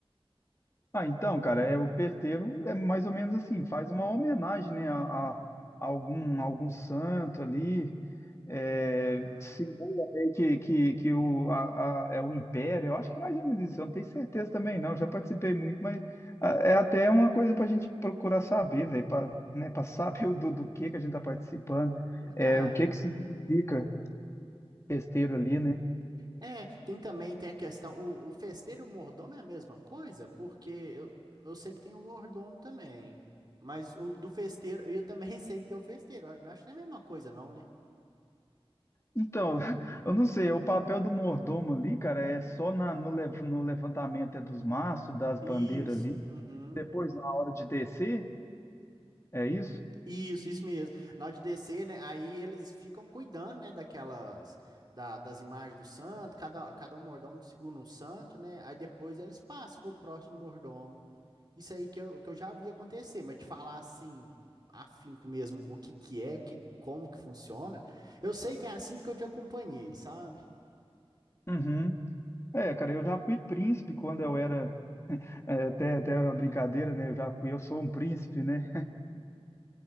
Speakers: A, on the left; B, on the right.
A: Ah, então, cara, é o festeiro é mais ou menos assim, faz uma homenagem, né, a, a- a algum algum santo ali, é,
B: Ah,
A: simula meio que, que, que o, a, a- é o Império, eu acho que é mais ou menos isso, eu não tenho certeza também não, eu já participei muito, mas ah, é até uma coisa para a gente procurar saber, velho, para né, para saber <laughs> o do, do que que a gente está participando,
B: verdade.
A: é, o que que significa besteiro ali, né?
B: É, tem também, tem a questão, o, o festeiro e o mordomo é a mesma coisa, porque eu, eu sei que tem um mordomo também, mas o do festeiro, eu também <laughs> sei que tem o festeiro, eu acho que é a mesma coisa não, né?
A: Então, <laughs> eu não sei, o papel do mordomo ali, cara, é só na, no, lev- no levantamento é dos mastros, das bandeiras
B: Isso,
A: ali,
B: uhum,
A: depois na hora de descer, é isso?
B: isso, isso mesmo. Na hora de descer, né, aí eles ficam cuidando, né, daquelas, da- das imagens do santo, cada, cada um mordomo segura um santo, né, aí depois eles passam pro próximo mordomo. Isso aí que eu, que eu já vi acontecer, mas te falar assim, afinco mesmo, o que que é, o que, como que funciona, eu sei que é assim porque eu já acompanhei, sabe?
A: Uhum. É, cara, eu já fui príncipe quando eu era É até, até uma brincadeira, né? Eu já fui, eu sou um príncipe, né?